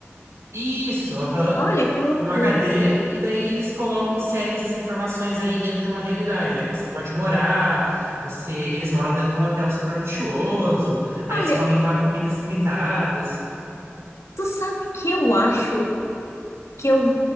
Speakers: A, on the right; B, on the left.
A: Isso, aham.
B: Olha que loucura.
A: Num HD, e daí eles colocam, inserem essas informações aí dentro de uma realidade. Aí você pode morar, você, eles moram dentro de um hotel super luxuoso, aí
B: Olha,
A: eles comem va- comidas limitadas.
B: tu sabe que eu acho que eu,